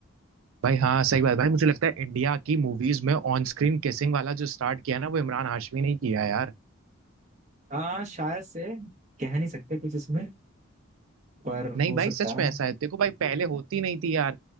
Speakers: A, on the right; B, on the right.
A: भाई हाँ सही बात भाई मुझे लगता है इंडिया की मूवीज में ऑन स्क्रीन किसिंग वाला जो स्टार्ट किया ना वो इमरान हाशमी ने ही किया यार
B: हाँ शायद से कह नहीं सकते कुछ इसमें पर
A: नहीं
B: हो
A: भाई
B: सकता
A: सच
B: है
A: में ऐसा है देखो भाई पहले होती नहीं थी यार